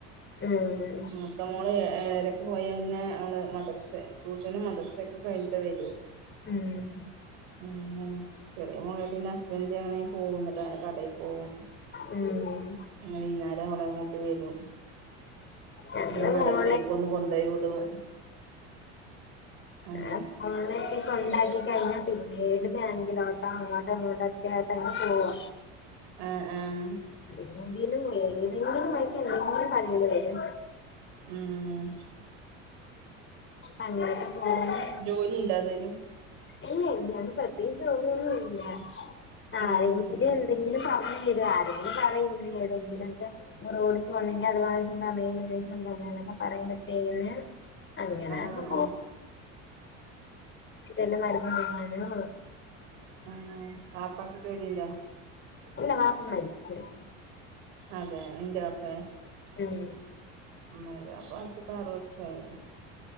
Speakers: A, on the left; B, on the right.
A: ഏഹ്
B: മൂത്തമോള് ഏഴരക്ക് പോയാ പിന്നെ അവള് മദ്രസ് ടൂഷനും മദ്ര മദ്രാസൊക്കെ കഴിഞ്ഞിട്ട് വരു
A: ഉം
B: ഏഹ് ചെറിയ മോള പിന്നെ ഹസ്ബൻഡ് അണ്. പോകുന്ന്ട്ട് അങ്ങനെ കടയി പോവും
A: ഉം
B: വൈകുന്നേരം അവളെയും കൂട്ടി വരും.
A: ഉം
B: പിന്നെ
A: ഞങ്ങളെ
B: മദർസേക്ക്
A: മോള
B: ഒന്ന് കൊണ്ടോയി വിടും അങ്ങനെ
A: ഉം <unintelligible> കെണ്ടാക്കി കഴിഞ്ഞാൽ പിന്നെ ബാങ്കിലോട്ടോ അങ്ങോട്ടോ ഇങ്ങോട്ടൊക്കെ തന്നെ പോവാ.
B: ആ ആഹ്
A: എന്തെങ്കിലും ഏതെങ്കിലും വഴിക്ക് എന്തെങ്കിലും പണികൾ വരും.
B: ഉം
A: ഉ അങ്ങനെയൊക്കെ പോവ്ണ്
B: ജോലി ഉണ്ടേ എന്തേലും?
A: അല്ലെ ഞാൻ പ്രത്യേകിച്ച് ഒന്നും ഇല്ല ആ
B: ആഹ്
A: എങ്കിലും എവിടെങ്കിലും പറഞ് ആരെങ്കിലും പറ ഇങ്ങനെ എവിടെയെങ്കിലും ഒക്കെ ഒരു ഓടി പോണെങ്കിൽ അത് <unintelligible> എന്താ അമ്മേ പറയുമ്പോതെന്ന് അങ്ങനെ
B: ആഹ് ആഹ്
A: ഓ വല്ല മരുന്ന് വാങ്ങാനോ
B: ആഹ് വാപ്പക്ക് ജോലിയുണ്ടോ
A: ഇല്ല വാപ്പ മരിച്ച് പോയി
B: അതെ നിന്റെ വാപ്പേ
A: ഉം
B: ഇന്റെ വാപ്പ മരിച്ചിട്ട് ആറ് വർഷമായി